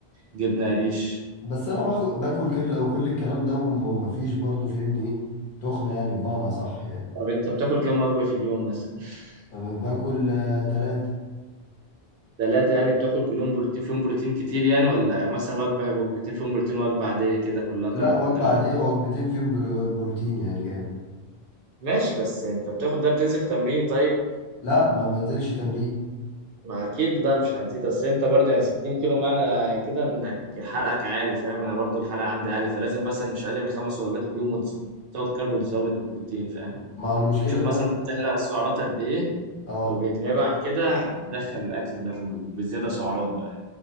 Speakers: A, on the right; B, on the left.
A: جبنة قريش
B: بس انا باخ- باكل كل كل الكلام ده وم- ومفيش برضه فاهمني ايه تخنة يعني بمعنى صح يعني
A: طب انت بتاكل كام وجبة في اليوم مثلا <laughs>
B: آه، باكل آه، تلاتة
A: ثلاثة يعني بتاكل كلهم بروتين فيهم بروتين كتير يعني ولا مثلا وجبة وجبتين فيهم بروتين وجبة عادية كده كلها
B: لا
A: كارب
B: وجبة
A: والكلام
B: عادية
A: ده
B: وجبتين فيهم برو- بروتين يعني جامد
A: ماشي بس انت بتاخد ده بتنزل تمرين طيب
B: لا ما بنزلش تمرين
A: ما اكيد لا مش هتزيد اصل انت برضو يعني 60 كيلو معنى كده انك حرقك عالي فاهم انا برضو الحرق عندي عالي فلازم مثلا مش اقل من خمس وجبات في اليوم وتزود كارب وتزود بروتين فاهم
B: ما هو المشكلة
A: بتشوف
B: الواحد
A: مثلا تحرق السعرات قد ايه
B: اه
A: وبالنيابه عن كده تدخل الاكل ده كله وبالزياده سعرات بقى